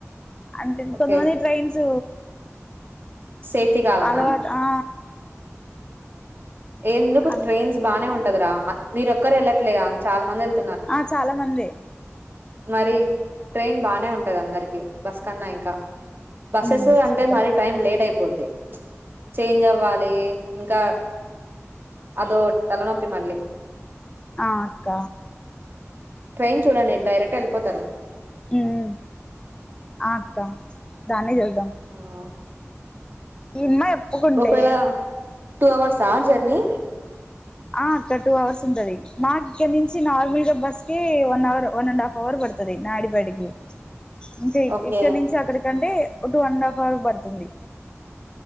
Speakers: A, on the left; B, on the right.
A: అంటే
B: ఓకే
A: కొంతమంది ట్రైన్స్
B: సేఫ్టీ కాదనా
A: అలవాటు ఆ
B: ఎందుకు
A: అ
B: ట్రైయిన్స్ బానే ఉం కదరా మీరు ఒక్కరు ఎళ్ళట్లేగా చాల మంది ఎళ్
A: ఆ చాలా మందే
B: మరి ట్రైన్ బానే ఉంటది అందరికి బస్ కన్నా ఇంకా బస్సెస్
A: ఉమ్
B: అంటే
A: చూద్దాం
B: మరి టైం లేట్ అయి పోద్ది చేంజ్ అవ్వాలి ఇంకా అదో తలనొప్పి మళ్ళీ
A: ఆ అక్క
B: ట్రైన్ చూడండి డైరెక్ట్ ఎళ్ళిపోతారు
A: ఊమ్ ఆ అక్క దానే చూద్దాం
B: ఆ
A: <unintelligible> ఉమ్మేప్ ఒప్పుకుంటే
B: ఒకవేళ టూ అవర్స్ ఆ జర్నీ
A: ఆ అక్క టూ అవర్స్ ఉంటది మాకు ఇక్కడ నుంచి నార్మల్గా బస్ కి one hour one and half hour పడుతది నాయుడుపేటకి ఇంకా ఇక్
B: ఓకే
A: ఇక్కడ నుంచి అక్కడికంటే ఇం two one and half hour బడుతుంది